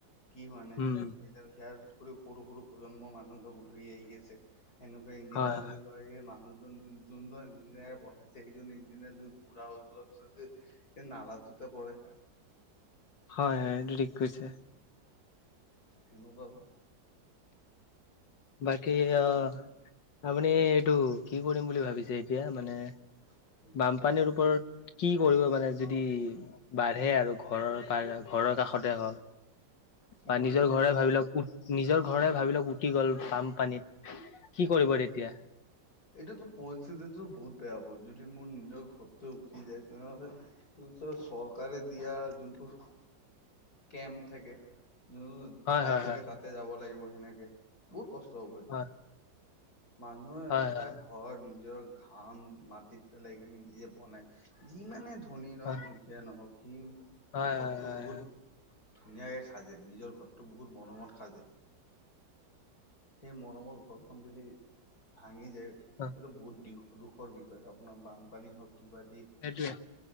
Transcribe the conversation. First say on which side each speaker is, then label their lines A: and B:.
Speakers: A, on the left; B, on the left.
A: কি হোৱা নে,
B: উম,
A: সেয়াৰ কৰি সৰু-সৰু প্ৰজন্মৰ মানুহ লগ ধৰি আহি আছে। সেনেকুৱা ইঞ্জিনিয়াৰ
B: হয়, হয়, হয়।
A: সেই মানুহজন যোনজন ইঞ্জিনিয়াৰ বনাইছে সেইজন ইঞ্জিনিয়াৰ বুঢ়া হৈ যোৱাৰ পিছত যে সেই নালাটোতে পৰে।
B: হয়, হয়, এইটো ঠিক কৈছে।
A: সেনেকুৱা কথা।
B: বাকী অ, আপুনি এইটো কি কৰিম বুলি ভাবিছে এতিয়া? মানে
A: <unintelligible>
B: বানপানীৰ ওপৰত কি কৰিব মানে যদি বাঢ়ে আৰু ঘৰৰ প ঘৰৰ কাষতে হওঁক
A: কি
B: বা
A: বস্তু
B: নিজৰ ঘৰে ভাবিলৌক কত নিজৰ ঘৰে ভাবি লওঁক উটি গ'ল বান, পানীত কি কৰিব তেতিয়া?
A: এইটোটো পৰিস্থিতিো বহুত বেয়া হব, যদি মোৰ নিজৰ ঘৰতে উকি যায় তেনেহ'লে চৰকাৰে দিয়া যোনটো কেম্প থাকে, যো
B: হয়,
A: ঠাই
B: হয়,
A: থাকে
B: হয়।
A: তাতে যাব লাগিব সেনেকে, বহুত কষ্ট হ'ব। এতিয়া
B: হয়।
A: মানুহে
B: হয়,
A: এটা
B: হয়,
A: ঘৰ নিজৰ ঘাম মাটিত পেলাই কিনি নিজে বনাই, যিমানে ধনি নহওক
B: হয়,
A: দুখীয়া নহওক, সি
B: হয়,
A: ঘৰটো
B: হয়,
A: বহুত
B: হয়,
A: ধুনীয়াকে খাজে, নিজৰ ঘৰতটো বহুত মৰমত খাজে। সেই মৰমৰ ঘৰখন যদি ভাঙি যায়, তেটো
B: হয়।
A: বহুত দিওখ দুখৰ বিষয়ে আপোনাৰ বানপানী হওক কিবা দি হওক,
B: সেইটোৱে।